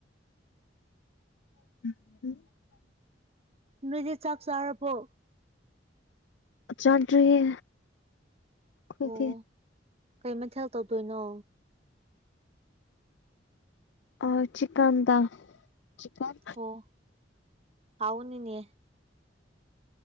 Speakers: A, on the left; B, on the right.
A: <unintelligible>
B: ꯅꯣꯏꯗꯤ ꯆꯥꯛ ꯆꯥꯔꯕꯣ꯫
A: ꯆꯥꯗ꯭ꯔꯤꯌꯦ ꯑꯈꯣꯏꯗꯤ꯫
B: ꯑꯣ ꯀꯩ ꯃꯊꯦꯜ ꯇꯧꯗꯣꯏꯅꯣ꯫
A: ꯑ ꯆꯤꯀꯟ ꯇꯥꯢ ꯆꯤꯀꯟ
B: ꯑꯣ ꯍꯥꯎꯅꯤꯅꯦ꯫